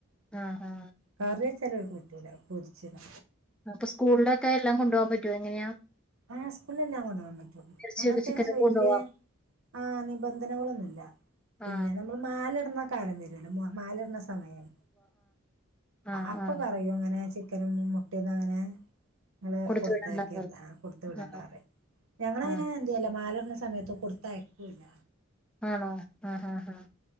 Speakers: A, in the centre; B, on the right (about 80°).
A: ആ ആ
B: കറി വെച്ചാല് ഓല് കൂട്ടൂല പൊരിച്ചതാ
A: അപ്പൊ സ്കൂളിലൊക്കെ എല്ലാം കൊണ്ടുപോവാൻ പറ്റുവോ എങ്ങനെയാ
B: ആ സ്കൂളിൽ എല്ലാം കൊണ്ടോവാൻ പറ്റും
A: ഇറച്ചിയൊക്കെ
B: അങ്ങനത്തെ
A: ചിക്കനൊക്കെ
B: ഇങ്ങനെ വല്യ
A: കൊണ്ടുപോവാം
B: ആ നിബന്ധനകളൊന്നുല്ല പിന്നെ
A: ആ
B: നമ്മൾ മാലിട്ണ കാലം വരോല്ലോ മാലടണ സമയം
A: ആ ആ
B: അപ്പ
A: ആ
B: പറയും അങ്ങനെ ചിക്കനും മുട്ടയൊന്നും അങ്ങനെ നിങ്ങള്
A: കൊടുത്തു
B: കൊടുത്തയാക്കര്ത്
A: വിടണ്ട
B: വിടണ്ടാറിം
A: ആ
B: ഞങ്ങളനെ
A: ആഹ്
B: എന്തേലും മാലടണ സമയത്ത് കൊടുത്തയക്കൂല്ല
A: ആണോ ആ ഹ ഹ ഹ